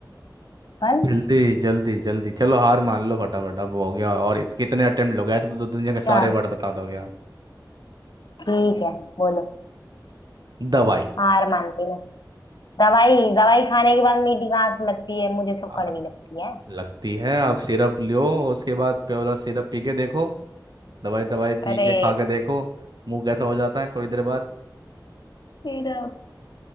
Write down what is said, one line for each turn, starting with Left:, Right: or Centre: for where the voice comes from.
Left: फल
Right: जल्दी जल्दी जल्दी चलो हार मान लो फटाफट अब हो गया और इत- कितने अटेम्प्ट हो गए ऐसे तो, तो दुनिया के
Left: चार
Right: सारे वर्ड बता दोगे आप
Left: ठीक है बोलो
Right: दवाई
Left: हार मान ली मैं दवाई दवाई खाने के बाद मीठी कहाँ से लगती है मुझे तो
Right: आ,
Left: कड़वी लगती है
Right: लगती है आप सिरप लियो उसके बाद प्योला सिरप पी के देखो दवाई दवाई पी
Left: अरे
Right: के खा के देखो मुंह कैसा हो जाता है थोड़ी देर बाद
Left: सिरप